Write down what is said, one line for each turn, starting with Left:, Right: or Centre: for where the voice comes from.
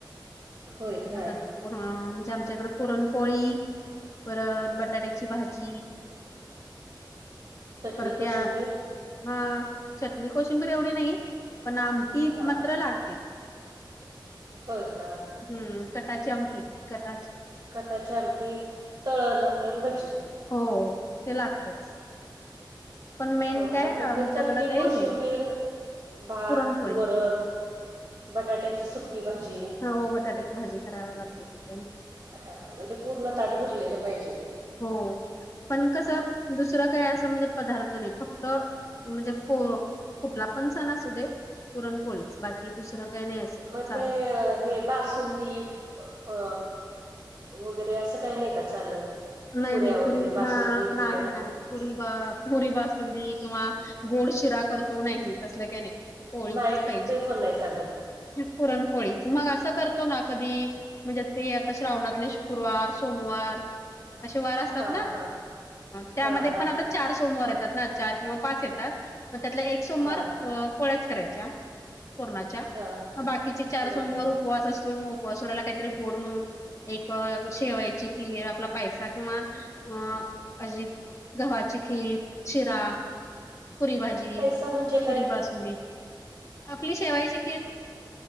Right: होय का
Left: नंतर हा म्हणजे आमच्याकड पुरणपोळी परत बटाट्याची भाजी
Right: चटणी
Left: पर त्या
Right: कोशिंबीर
Left: हा चटणी कोशंबर एवढी नाही पण आमटी
Right: हा
Left: मात्र लागते
Right: होय का
Left: हम्म कटाची आमटी कट
Right: कटाची आमटी तळण आपलंन भजी
Left: हो ते लागतच पण मेन
Right: होय
Left: काय आमच्याकडे
Right: चटणी
Left: ते
Right: कोशिंबीर
Left: हे
Right: भात
Left: पुरणपोळी
Right: वरण बटाट्याची सुकी भाजी
Left: हो बटाट्याची भाजी कराव लागते ती पण
Right: हा म्हणजे पूर्ण ताट भरलेलं पाहिजे
Left: हो पण कसं दुसरं काय असं म्हणजे पदार्थ नाही फक्त म्हणजे कुठला पण सणा अस दे पुरण पोळीच बाकी दुसरं काही नाही असं
Right: मग
Left: चालत
Right: ते हे बासुंदी अ वगैरे असं काही नाही का चालत
Left: नाही
Right: पुऱ्या
Left: नाही
Right: वगैरे
Left: पुरी
Right: बासुंदी
Left: हा
Right: पुऱ्या
Left: नाही नाही पुरी बा पुरी बासुंदी किंवा गोड शिरा करतो नाही तसलं काही नाही कोळीच
Right: नाही
Left: पाहिजे
Right: ते पण नाही चालत
Left: पुरणपोळीच मग असं करतो ना कधी म्हणजे ते आता श्रावणातले शुक्रवार सोमवार असे वार असतात
Right: हा
Left: ना
Right: हा
Left: त्यामध्ये
Right: हा हा
Left: पण आता चार सोमवार येतात ना चार किंवा पाच येतात मग त्यातला एक सोमवार
Right: हा
Left: अ पोळ्याच करायच्या पूर्णाच्या
Right: हा
Left: मग बाकीच्या चार सोमवार
Right: बरोबर
Left: उपवास
Right: आहे
Left: असतो मग कोसोडायला काहीतरी गोड म्हणून एक शेवायची की आपला पैसा किंवा अ अज गव्हाची खीर शिरा पुरी भाजी
Right: पैसा म्हणजे काय
Left: पुरी बासुंद आपली शेवायची खीर